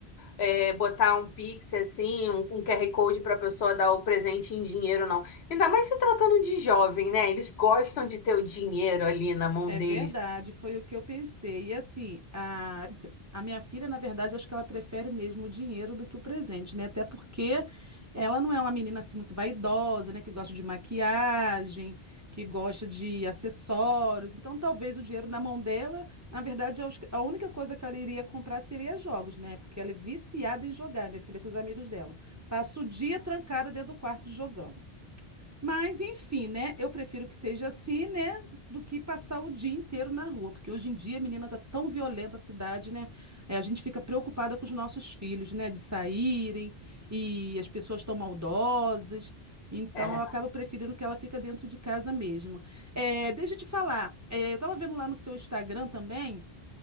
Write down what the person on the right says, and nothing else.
É
verdade, foi o que eu pensei. E assim, a, a minha filha, na verdade, acho que ela prefere mesmo o dinheiro do que o presente, né? Até porque ela não é uma menina assim muito vaidosa, né? Que gosta de maquiagem, que gosta de acessórios. Então, talvez o dinheiro na mão dela, na verdade, eu acho que a única coisa que ela iria comprar seria jogos, né? Porque ela é viciada em jogar, minha filha, com os amigos dela. Passa o dia trancada dentro do quarto jogando. Mas, enfim, né? Eu prefiro que seja assim, né? Do que passar o dia inteiro na rua. Porque hoje em dia, menina, tá tão violenta a cidade, né? É, a gente fica preocupada com os nossos filhos, né? De saírem e as pessoas tão maldosas. Então,
eu acabo preferindo que ela fica dentro de casa mesmo. É, deixa eu te falar. é, eu tava vendo lá no seu Instagram também